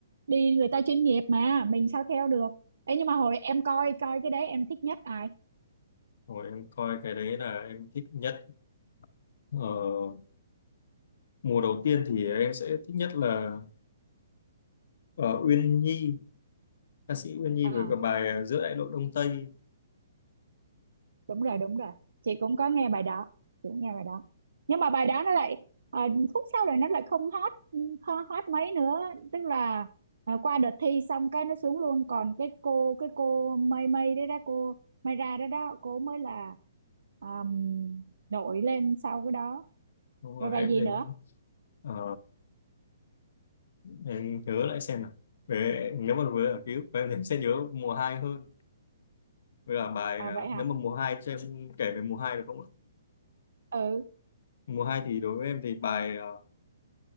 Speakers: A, on the right (about 80°); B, on the left (about 60°).
A: đi người ta chuyên nghiệp mà mình sao theo được ấy nhưng mà hồi em coi coi cái đấy em thích nhất ai
B: Rồi em coi cái đấy là em thích nhất. Ờ, mùa đầu tiên thì em sẽ thích nhất là ờ, Uyên Nhi, ca sĩ Uyên Nhi
A: À,
B: với cả bài ờ, Giữa đại lộ Đông Tây.
A: đúng rồi đúng rồi chị cũng có nghe bài đó chị cũng nghe bài đó nhưng mà bài đó nó lại à, khúc sau này nó lại không hot không hot mấy nữa tức là à, qua đợt thi xong cái nó xuống luôn còn cái cô cái cô mây mây đấy đó cô mây ra đó đó cô mới là um, nổi lên sau cái đó
B: Xong rồi
A: rồi bài
B: em
A: gì
B: đến
A: nữa
B: ờ, em nhớ lại xem nào. Về nếu mà với ở ký ức của em thì em sẽ nhớ mùa 2 hơn. Với cả bài
A: à
B: ờ,
A: vậy hả
B: nếu mà mùa 2 cho em kể về mùa 2 được không ạ?
A: ừ
B: Mùa 2 thì đối với em thì bài ờ,